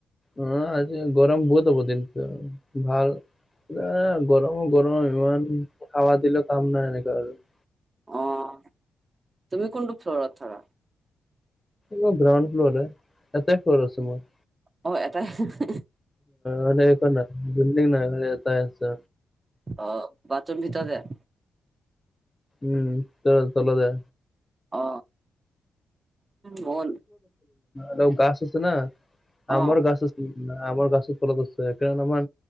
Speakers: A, on the left (about 20°); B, on the right (about 40°).
A: অ আজি গৰম বহুত হ'ব দিনটো ভাল এ গৰমো গৰম ইমান খাৱা দিলে কাম নাই এনেকা আৰু।
B: অহ, তুমি কোনটো ফ্ল'ৰত থাকা?
A: মোৰ গ্ৰাউণ্ড ফ্ল'ৰে, এটাই ফ্ল'ৰ আছে মোৰ।
B: অ এটাই হিহ হিহ
A: অ নে সেইখন <inaudible> বিলডিং নাই মানে এটা আছে।
B: অ, বাথৰুম ভিতৰতে?
A: উম, ভিতৰত তলতে।
B: অ। মন
A: অলপ গাছ আছে না,
B: অ
A: আমাৰ গাছ আছ উম, আমৰ গাছৰ তলত আছোঁ এই কাৰণ আমাৰ